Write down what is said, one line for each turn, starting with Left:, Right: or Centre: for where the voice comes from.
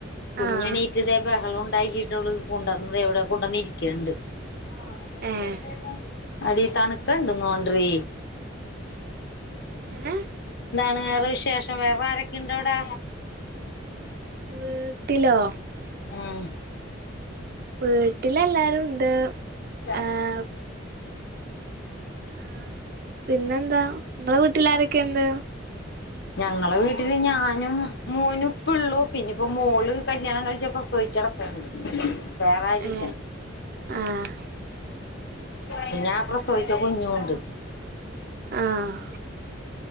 Left: കുഞ്ഞണീറ്റ്
Right: ആഹ്
Left: ദേ ബഹളൊ ണ്ടാക്കിയിട്ട് അവള് കൊണ്ടന്ന് ദേ ഇവിടെ കൊണ്ടന്നിരിക്കണ്ട് ആഹ് ചെറ്യേ
Right: ഏഹ്
Left: സൗണ്ട് കേക്കാണ്ട് അടീ തണുക്കണ്ട് തോൻഡ്രി
Right: ഏഹ്
Left: വേറെ വിശേഷം വേറെ ആരൊക്കെ ഉണ്ടവിടെ
Right: വീട്ടിലോ
Left: ഉം
Right: വീട്ടിലെല്ലാരും ഉണ്ട്
Left: ത <inaudible>
Right: ആഹ് ആഹ് പിന്നെന്താ നിങ്ങളെ വീട്ടിലാരൊ ക്കെ ഉണ്ട്
Left: ഞങ്ങള് വീട്ടില് ഞാനും മോനും ഇപ്പൊള്ളു പിന്നിപ്പോ മോള് കല്യാണം കഴിച്ച് പ്രസവിച്ച് കെടക്കാണ് വേറെരും
Right: ഏഹ്
Left: ഇല്ല
Right: ആഹ്
Left: പിന്നെ പ്രസവിച്ച കുഞ്ഞുവുണ്ട്
Right: ആഹ്